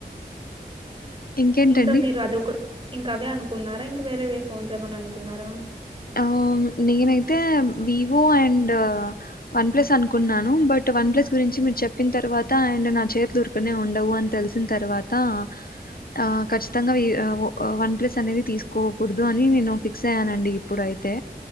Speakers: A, on the left; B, on the right.
A: ఇంకేంటండి
B: ఇంకా మీరు అదొక ఇంకా అవే అనుకుంన్నారా ఇంకా వేరే వే ఫోన్స్ ఏమన్నా అనుకున్నారా?
A: ఆ నేనైతే వివో అండ్ వన్ ప్లస్ అనుకున్నాను. బట్ వన్ ప్లస్ గురించి మీర్ చెప్పిన తర్వాత అండ్ నా చేతులు ఊర్కనే ఉండవు అని తెలిసిన తర్వాతా ఆ ఖచ్చితంగా వి వో వన్ ప్లస్ అనేది తీసుకోకూడదు అని నేను ఫిక్సయ్యానండి. ప్పుడయితే